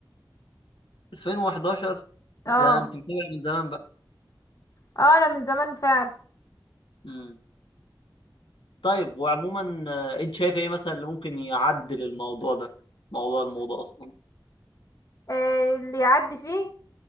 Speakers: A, on the left; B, on the left.
A: 2011
B: اه
A: ده انت متابع من زمان بقى
B: اه انا من زمان فعلا
A: مم. طيب وعموما آه، انت شايف ايه مثلا اللي ممكن يعدل الموضوع ده موضوع الموضه اصلا
B: إيه اللي يعدي فيه